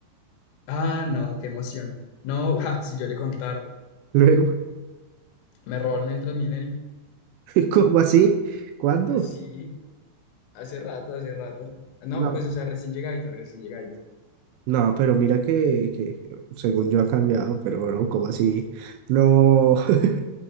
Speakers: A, on the left; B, on the right.
A: Ah, no, qué emoción. No, <laughs> ja, si yo le contara,
B: Luego,
A: me robaron el Transmilenio.
B: <laughs> ¿cómo así? ¿Cuándo?
A: Eh, Sí, hace rato, hace rato. No,
B: No,
A: pues, o sea, recién llegadito, recién llegadito.
B: no, pero mira que, que según yo ha cambiado, pero bro, ¿cómo así? No, <laughs>